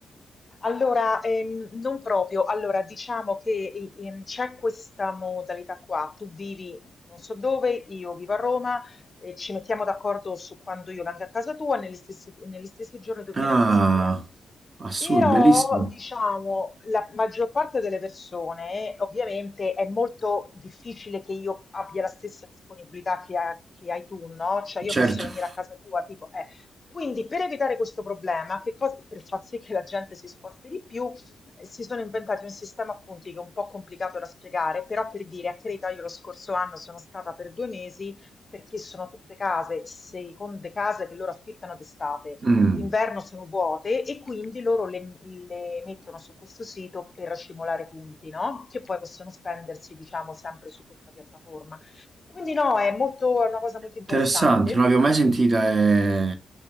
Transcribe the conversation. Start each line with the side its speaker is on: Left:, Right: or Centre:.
Left: Allora, ehm, non proprio. Allora, diciamo che i- in- c'è questa modalità qua. Tu vivi non so dove, io vivo a Roma, e ci mettiamo d'accordo su quando io vengo a casa tua e negli stessi, e negli stessi giorni tu
Right: Ah,
Left: vieni a casa mia.
Right: assurdo,
Left: Però,
Right: bellissimo.
Left: diciamo, la maggior parte delle persone, ovviamente, è molto difficile che io abbia la stessa disponibilità che, ha- che hai tu, no? Cioè, io
Right: Certo.
Left: posso venire a casa tua, tipo, eh, quindi per evitare questo problema, che cosa, per far sì che la gente si sposti di più, eh, si sono inventati un sistema a punti che è un po' complicato da spiegare, però per dire, a Creta io lo scorso anno sono stata per due mesi, perché sono tutte case, seconde case che loro affittano d'estate,
Right: Mm,
Left: d'inverno sono vuote e quindi loro le, le mettono su questo sito per accumulare punti, no? Che poi possono spendersi, diciamo, sempre su questa piattaforma. Quindi no, è molto, è una cosa molto interessante.
Right: Interessante, non l'avevo mai sentita. È